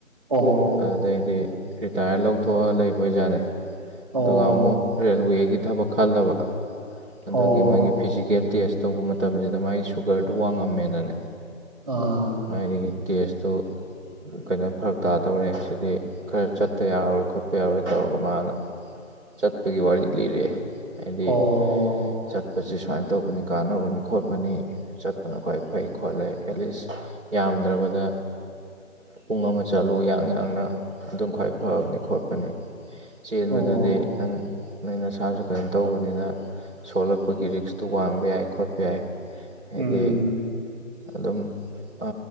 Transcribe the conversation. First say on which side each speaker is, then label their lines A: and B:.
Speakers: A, on the right (about 25°); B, on the right (about 55°).
A: ꯑꯣ
B: ꯑꯗꯨꯗꯩꯗꯤ ꯔꯤꯇꯥꯌꯔ ꯂꯧꯊꯣꯛꯑ ꯂꯩꯕ ꯑꯣꯏꯖꯥꯠꯅꯦ
A: ꯑꯣ
B: ꯑꯗꯨꯒ ꯑꯃꯨꯛ ꯔꯦꯜꯋꯦꯒꯤ ꯊꯕꯛ ꯈꯜꯂꯕ ꯑꯗꯨꯒꯤ
A: ꯑꯣ
B: ꯃꯣꯏꯒꯤ ꯐꯤꯖꯤꯀꯦꯜ ꯇꯦꯁ ꯇꯧꯕ ꯃꯇꯝꯖꯤꯗ ꯃꯥꯒꯤ ꯁꯨꯒꯔꯗꯨ ꯋꯥꯡꯉꯝꯃꯦꯅꯅꯦ__
A: ꯑꯥ
B: ꯃꯥꯏꯗꯒꯤ ꯇꯦꯁꯇꯨ ꯀꯩꯅꯣ ꯐꯔꯛ ꯇꯥꯗꯧꯔꯦ ꯁꯤꯗꯤ ꯈꯔ ꯆꯠꯇ ꯌꯥꯔꯔꯣꯏ ꯈꯣꯠꯇ ꯌꯥꯔꯔꯣꯏ ꯇꯧꯔꯒ ꯃꯥꯅ ꯆꯠꯄꯒꯤ ꯋꯥꯔꯤ ꯂꯤꯔꯛꯑꯦ ꯍꯥꯏꯗꯤ
A: ꯑꯣ
B: ꯆꯠꯄꯁꯤ ꯁꯨꯃꯥꯏ ꯇꯧꯕꯅꯤ ꯀꯥꯟꯅꯕꯅꯤ ꯈꯣꯠꯄꯅꯤ ꯆꯠꯄꯅ ꯈ꯭ꯋꯥꯏ ꯐꯩ ꯈꯣꯠꯂꯦ ꯑꯦꯠꯂꯤꯁ ꯌꯥꯝꯗ꯭ꯔꯕꯗ ꯄꯨꯡ ꯑꯃ ꯆꯠꯂꯨ ꯌꯥꯡ ꯌꯥꯡꯅ ꯑꯗꯨꯝ ꯈ꯭ꯋꯥꯏ ꯐꯕꯅꯤ ꯈꯣꯠꯄꯅꯤ ꯆꯦꯟꯕꯗꯨꯗꯤ
A: ꯑꯣ
B: ꯅꯪ ꯅꯪ ꯅꯁꯥꯁꯨ ꯀꯩꯅꯣ ꯇꯧꯕꯅꯤꯅ ꯁꯣꯛꯂꯛꯄꯒꯤ ꯔꯤꯛꯁꯇꯨ ꯋꯥꯡꯕ ꯌꯥꯏ ꯈꯣꯠꯄ ꯌꯥꯏ ꯍꯥꯏꯗꯤ
A: ꯎꯝ
B: ꯑꯗꯨꯝ ꯑ